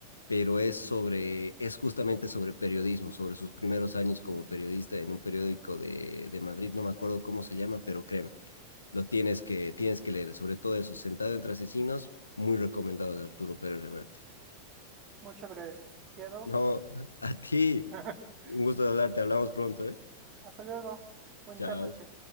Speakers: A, on the left (about 75°); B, on the right (about 35°).
A: pero es sobre, es justamente sobre periodismo, sobre sus primeros años como periodista en un periódico de, de Madrid, no me acuerdo cómo se llama, pero créeme, lo tienes que, tienes que leer, sobre todo eso, Sentado entre asesinos, muy recomendado de Arturo Pérez Reverte.
B: Muchas gracias. Quedo.
A: No, a ti,
B: <laughs>
A: un gusto de hablarte, hablamos pronto, ¿eh?
B: Hasta luego. Bonita
A: Chao.
B: noche.